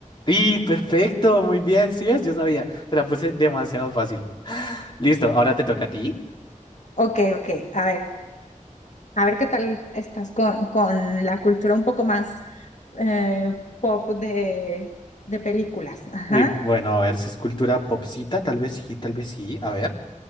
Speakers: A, on the left; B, on the left.
A: Y perfecto, muy bien, ¿sí ves? Yo sabía, te la puse demasiado fácil. <gasps> <sighs> Listo, ahora te toca a ti.
B: Ok, ok. A ver, a ver qué tal estás con, con la cultura un poco más eh, pop de, de películas. Ajá.
A: Uy, cu- bueno, a ver si es cultura popsita, tal vez sí, tal vez sí, a ver.